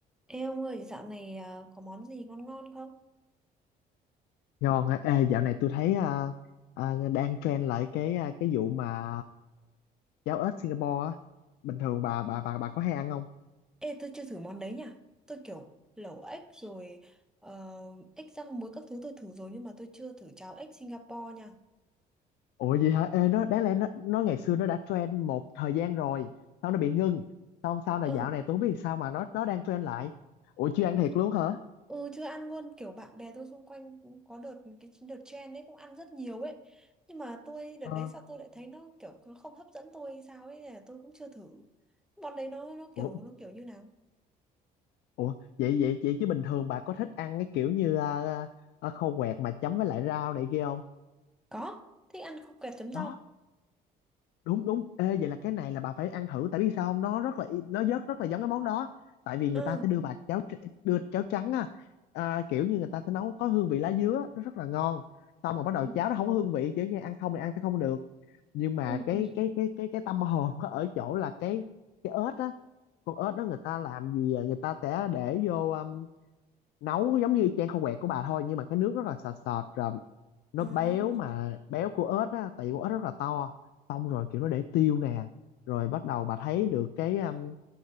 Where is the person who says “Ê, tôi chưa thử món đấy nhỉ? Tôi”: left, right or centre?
Centre